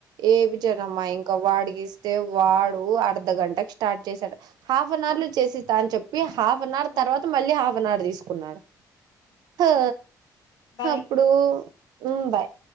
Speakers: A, on the right; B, on the left.
A: ఎపిచ్చనమ్మ ఇంకా వాడికి ఇస్తే వాడు అర్ధ గంటకు స్టార్ట్ చేశాడు హాఫ్ అన్ అవర్లో
B: ఆ
A: చేసిస్తా అని చెప్పి హాఫ్ అన్ అవర్
B: ఆ
A: తర్వాత మళ్ళీ హఫ్ అన్ అవర్ తీసుకున్నాడు థా
B: బాయ్
A: అప్పుడు ఉమ్ బాయ్